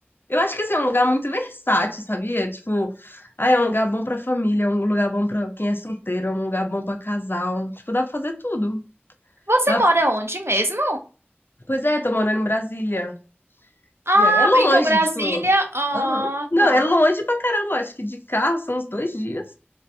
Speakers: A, on the left; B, on the right.
A: eu acho que assim, é um lugar muito versátil, sabia? Tipo, ah, é um lugar bom pra família, é um lugar bom pra quem é solteiro, é um lugar bom pra casal. Tipo, dá pra fazer tudo.
B: Você
A: Dá...
B: mora onde mesmo?
A: Pois é, tô morando em Brasília.
B: Ah,
A: E é é longe,
B: então Brasília.
A: tipo.
B: Ah,
A: aham. Não,
B: tá.
A: é longe pra caramba. Acho que de carro são uns dois dias.